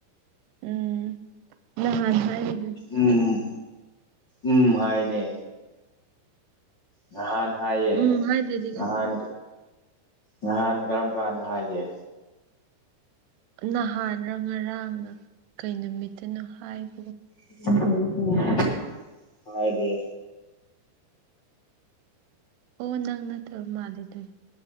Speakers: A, on the right (about 80°); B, on the left (about 50°).
A: ꯎꯝ ꯅꯍꯥꯟ ꯍꯥꯏꯔꯤ
B: ꯎꯝ ꯎꯝ ꯍꯥꯏꯅꯦ ꯅꯍꯥꯟ ꯍꯥꯏꯌꯦ
A: ꯎꯝ ꯍꯥꯏꯗ꯭ꯔꯗꯤ
B: ꯉꯍꯥꯟ
A: ꯀꯩ-
B: ꯅꯍꯥꯟ ꯀꯔꯝ ꯀꯥꯟꯗ ꯍꯥꯏꯒꯦ
A: ꯅꯍꯥꯟꯅ ꯉꯔꯥꯡꯅ ꯀꯩ ꯅꯨꯃꯤꯠꯇꯅꯣ ꯍꯥꯏꯕ
B: <unintelligible> ꯍꯥꯏꯗꯦ
A: ꯑꯣ ꯅꯪ ꯅꯠꯇꯕ ꯃꯥꯜꯂꯦ ꯑꯗꯨꯗꯤ